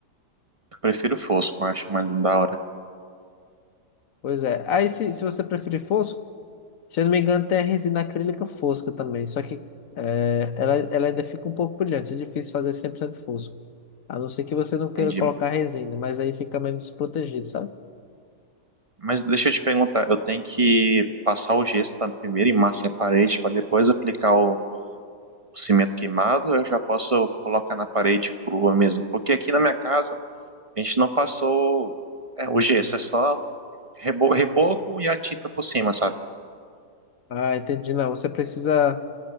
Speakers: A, on the right (about 30°); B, on the left (about 55°).
A: eu prefiro fosco, eu acho mais da hora.
B: Pois é. Aí se, se você preferir fosco, se eu não me engano, tem a resina acrílica fosca também. Só que é, ela, ela ainda fica um pouco brilhante. É difícil fazer 100% fosco. A não ser que você não queira
A: Entendi.
B: colocar resina, mas aí fica menos desprotegido, sabe?
A: Mas deixa eu te perguntar, eu tenho que passar o gesso tá, primeiro e massa a parede para depois aplicar o, o cimento queimado, eu já posso colocar na parede crua mesmo. Porque aqui na minha casa, a gente não passou é, o gesso, é só rebo- reboco e a tinta por cima, sabe?
B: Ah, entendi. Não, você precisa.